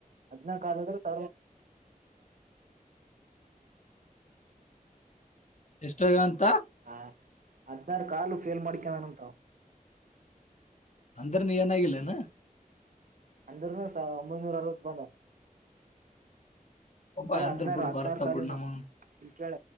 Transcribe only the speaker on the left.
ಎಷ್ಟಂತ
ಅಂದರ ನೀಏನಾಗಲ್ಲ ನ
ಒಬ್ಬ
ಅಂದ್ರ
ಬಿಡು
ಬರ್ತಾವ
ಬಿಡು ನಮಗ್